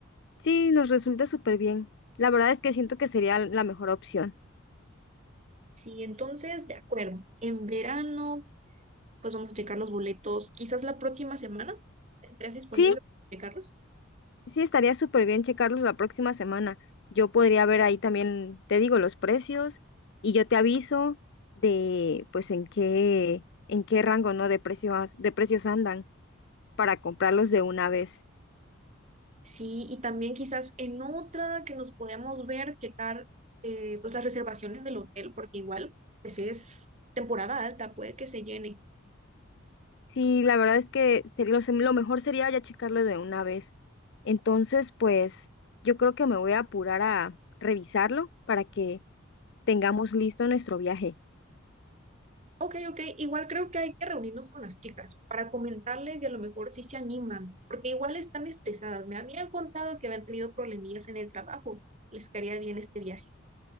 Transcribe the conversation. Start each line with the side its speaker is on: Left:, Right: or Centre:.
Left: Sí, nos resulta súper bien. La verdad es que siento que sería la mejor opción.
Right: Sí, entonces, de acuerdo. En verano, pues vamos a checar los boletos. Quizás la próxima semana estés disponible
Left: Sí,
Right: para checarlos.
Left: sí, estaría súper bien checarlos la próxima semana. Yo podría ver ahí también, te digo, los precios y yo te aviso de, pues, en qué, en qué rango, ¿no? De precios, de precios andan para comprarlos de una vez.
Right: Sí, y también quizás en otra que nos podamos ver, checar eh, pues las reservaciones del hotel, porque igual, pues es temporada alta, puede que se llene.
Left: Sí, la verdad es que sería- lo, se- lo mejor sería ya checarlo de una vez. Entonces, pues yo creo que me voy a apurar a revisarlo para que tengamos listo nuestro viaje.
Right: Ok, ok, igual creo que hay que reunirnos con las chicas para comentarles y a lo mejor si se animan, porque igual están estresadas. Me habían contado que habían tenido problemillas en el trabajo. Les caería bien este viaje.